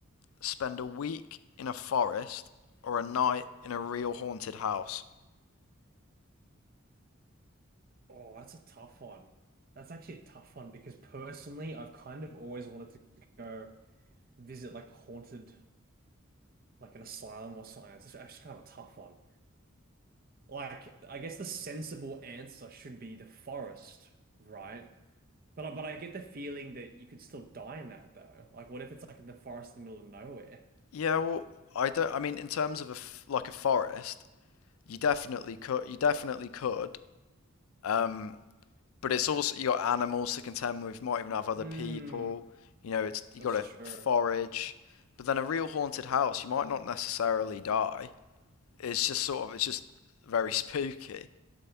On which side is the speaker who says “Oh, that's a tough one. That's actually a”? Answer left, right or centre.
Right